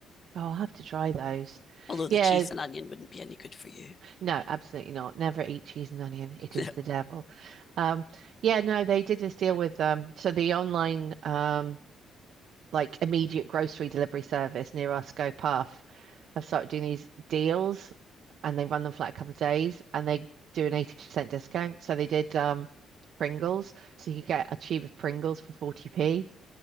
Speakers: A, on the right; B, on the left.
A: Oh, I'll have to try those.
B: Although the
A: Yeah,
B: cheese and onion wouldn't be any good for you.
A: no, absolutely not. Never eat cheese and onion. It
B: <laughs>
A: is the devil. Um, yeah, no, they did this deal with um so the online um like immediate grocery delivery service near our Scope Off have started doing these deals and they run them for like a couple of days and they do an 80% discount. So they did um Pringles. So you could get a tube of Pringles for 40p.